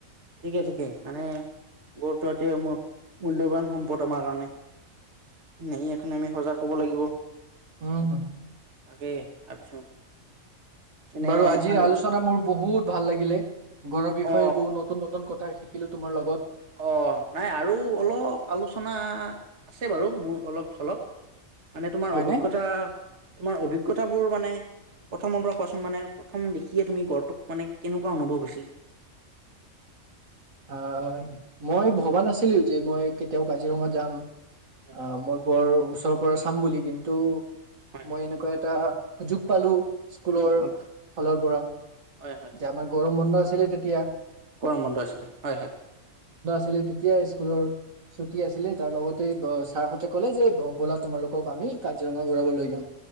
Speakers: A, on the right (about 55°); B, on the right (about 75°).
A: ঠিকেই ঠিকেই মানে। গড়টো সেইটো মূল্যবান সম্পদ আমাৰ কাৰণে ই সেই কাৰণে আমি সজাগ হব লাগিব।
B: উম হম।
A: তাকে ভাবিছো। এনে
B: বাৰু আজিৰ
A: আৰু
B: আলোচনা মোৰ বহুত। ভাল লাগিলে। গড়ৰ বিষয়ে
A: অ
B: বহু নতুন নতুন কথা <unintelligible> শিকিলো তোমাৰ লগত।
A: অ নাই আৰু অলপ আলোচনা আছে বাৰু মোৰ অলপ চলপ। মানে তোমাৰ
B: হয়নে
A: অভিজ্ঞতা তোমাৰ অভিজ্ঞত কথাবোৰ মানে প্ৰথমৰ পৰা কোৱাচোন মানে প্ৰথম দেখিয়ে তুমি গড়টোক মানে কেনেকুৱা অনুভৱ হৈছিল?
B: অ হয় মই ভবা নাছিলো যে মই কেতিয়াও কাজিৰঙা যাম।
A: হয়
B: অ
A: হয়।
B: মই বৰ ওচ তাৰ পৰা চাম বুলি কিন্তু।
A: হয় হয়
B: মই এনেকুৱা এটা সুযোগ পালোঁ। স্কুলৰ
A: সুযোগ পাম
B: ফালৰ পৰা।
A: হয় হয়
B: যে
A: হয়
B: আমাৰ গৰম বন্ধ আছে ছিলে তেতিয়া।
A: গৰম বন্ধ আছিলে হয় হয়।
B: আছিল তেতিয়া স্কুলৰ ছুটি আছিলে তাৰ লগতে ছাৰহঁতে ক'লে যে ব'লা তোমালোকক আমি কাজিৰঙা ঘূৰাব লৈ যাম।